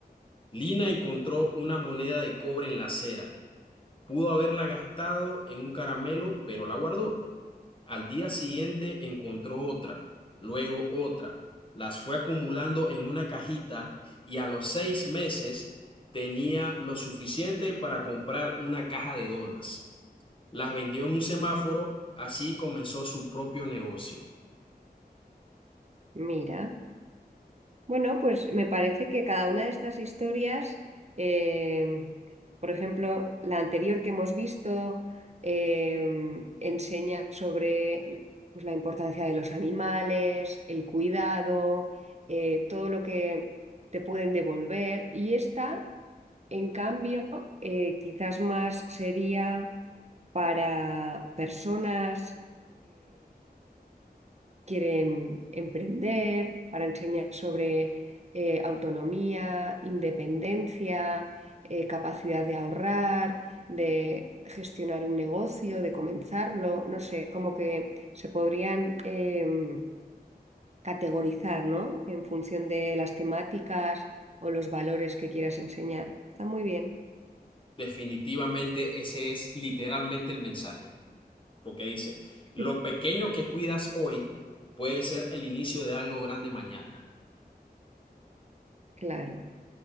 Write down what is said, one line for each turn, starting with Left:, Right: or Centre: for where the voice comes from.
Left: Lina encontró una moneda de cobre en la acera. Pudo haberla gastado en un caramelo, pero la guardó. Al día siguiente encontró otra, luego otra. Las fue acumulando en una cajita y a los seis meses tenía lo suficiente para comprar una caja de donas. Las vendió en un
Right: Ujú.
Left: semáforo, así comenzó su propio negocio.
Right: Mira. Bueno, pues me parece que cada una de estas historias, eh, por ejemplo, la anterior que hemos visto, eh, enseña sobre pues, la importancia de los animales, el cuidado, eh, todo lo que te pueden devolver. Y esta, en cambio, eh, quizás más sería para personas quieren emprender, para enseñar sobre eh, autonomía, independencia, eh, capacidad de ahorrar, de gestionar un negocio, de comenzarlo, no sé, como que se podrían em, categorizar, ¿no? En función de las temáticas o los valores que quieras enseñar. Está muy bien,
Left: Definitivamente ese es literalmente el mensaje, porque dice,
Right: <laughs>
Left: lo pequeño que cuidas hoy puede ser el inicio de algo grande mañana.
Right: claro,